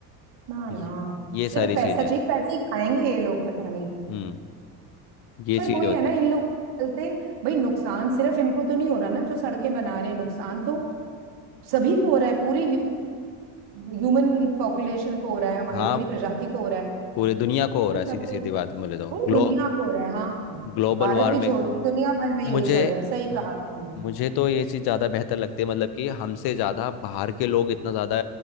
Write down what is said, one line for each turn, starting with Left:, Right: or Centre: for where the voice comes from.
Right: ना
Left: ये,
Right: ना
Left: ये
Right: सिर्फ
Left: सारी
Right: पैसा
Left: चीजें
Right: चाहिए पैसे ही खाएंगे ये लोग पता नहीं
Left: हम्म ये
Right: पर
Left: चीजें
Right: वही
Left: होती
Right: है ना
Left: है
Right: इन लोगों के चलते भाई नुकसान सिर्फ इनको तो नहीं हो रहा ना जो सड़कें बना रहे हैं नुकसान तो सभी को हो रहा है पूरी ह्यूमन पॉपुलेशन को हो रहा है हमारी
Left: हाँ
Right: पूरी प्रजाति को हो रहा है
Left: पूरी दुनिया को हो
Right: पर
Left: रहा है सीधी
Right: अब वो-
Left: सीधी बात बोले तो
Right: पूरी
Left: ग्लो
Right: दुनिया को हो रहा है हाँ
Left: ग्लोबल
Right: भारत
Left: वार्मिंग
Right: भी छोड़ दो दुनिया भर में यही
Left: मुझे
Right: चल रहा है सही कहा
Left: हम्म,
Right: आपने
Left: मुझे तो ये चीज़ ज़्यादा बेहतर लगती है मतलब कि हमसे ज़्यादा बाहर के लोग इतना ज़्यादा